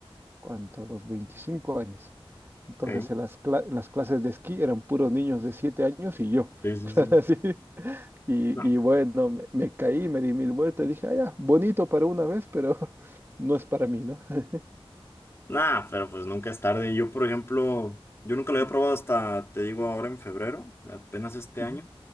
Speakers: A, on the right; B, on the left.
A: ¿cuánto? Los 25 años. Entonces
B: ok,
A: en las, cla- en las clases de esquí eran puros niños de 7 años y yo.
B: sí,
A: <laughs>
B: sí,
A: claro,
B: sí.
A: así. Y,
B: No.
A: y bueno, me, me caí, me di mil vueltas, dije, ah, ya, bonito para una vez, pero <laughs> no es para mí, ¿no? <laughs>
B: Nah, pero pues nunca es tarde. Yo, por ejemplo, yo nunca lo
A: Ujú,
B: había probado hasta, te digo, ahora en febrero, apenas este
A: ujú.
B: año.